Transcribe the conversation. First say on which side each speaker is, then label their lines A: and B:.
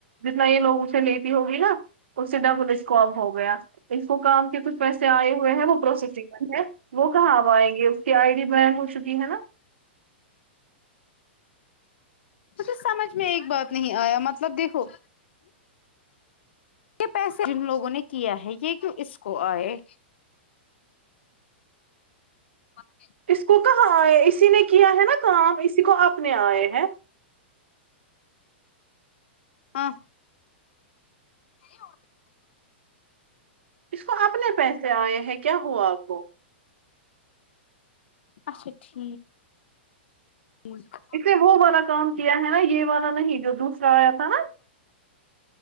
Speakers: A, on the right; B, on the left.
A: جتنا یہ لوگ اس لیتی ہوگی نا اس سے ڈبل اسکم ہو گیا اس کو کام کے کچھ پیسے آئے ہوئے ہیں وہ پروسیسنگ میں تھے وہ کہاں اب آئیں گے اس کی آئی ڈی بین ہو چکی ہے نا
B: مجھے سمجھ میں ایک بات نہیں آیا مطلب دیکھو یہ پیسے جن لوگوں نے کیا ہے یہ کیوں اس کو آئے <unintelligible>
A: اس کو کہاں آئے اسی نے کیا ہے نا کام اسی کو اپنے آئے ہیں
B: ہاں یہ <unintelligible>
A: اس کو اپنے پیسے آئے ہیں کیا ہوا آپ کو
B: اچھا ٹھیک مورکھ
A: اس نے وہ والا کام کیا ہے نا یہ والا نہیں جو دوسرا آیا تھا نا